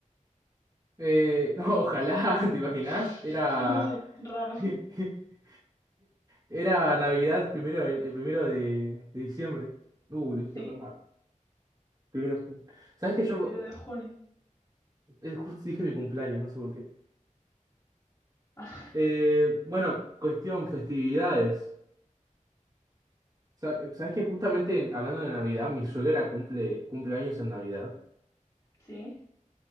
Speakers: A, on the right (about 30°); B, on the left (about 25°).
A: eh, no, <laughs> ojalá, ¿te imaginás?
B: <laughs>
A: Era.
B: No sé, raro.
A: <laughs> Era Navidad el primero, de- el primero de, de diciembre. Uh,
B: <laughs>
A: lo dije
B: Sí,
A: re mal. Primero de junio. ¿Sabés
B: Primero
A: que yo
B: de junio.
A: eh, justo dije mi cumpleaños? No sé por qué.
B: <laughs>
A: Eh, bueno, cuestión festividades. Sa- ¿Sabes que justamente en- hablando de Navidad, mi suegra cumple, cumple años en Navidad?
B: Sí.